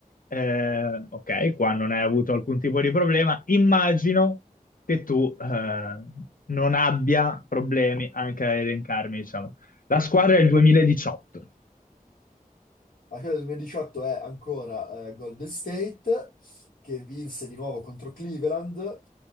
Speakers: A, on the left; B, on the left.
A: Eh, ok, qua non hai avuto alcun tipo di problema. Immagino che tu eh, non abbia problemi anche a elencarmi, diciamo. La squadra è il 2018,
B: Alla fine del 2018 è ancora eh, Golden State, che vinse di nuovo contro Cleveland.